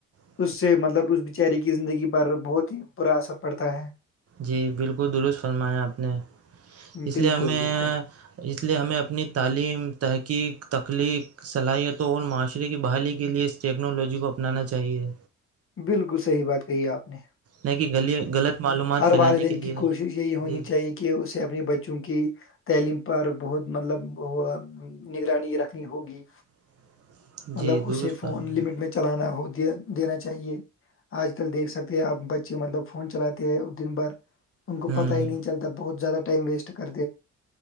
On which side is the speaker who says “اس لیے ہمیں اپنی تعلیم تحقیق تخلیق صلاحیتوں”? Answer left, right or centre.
Right